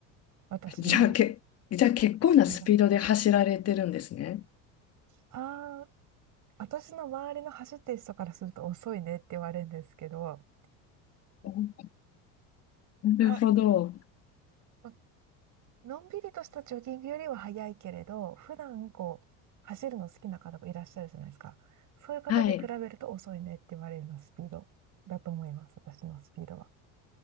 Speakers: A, on the right (about 50°); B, on the left (about 40°).
A: 私の、
B: じゃあ、け、じゃあ結構なスピードで走られてるんですね。
A: それだ。ああ、私の周りの走ってる人からすると遅いねって言われるんですけど、
B: おなるほど。
A: は、まのんびりとしたジョギングよりは早いけれど、普段こう、走るの好きな方もいらっしゃるじゃないですか。そういう方に比べると遅いねって言われるようなスピードだと思います。
B: はい。
A: 私のスピードは。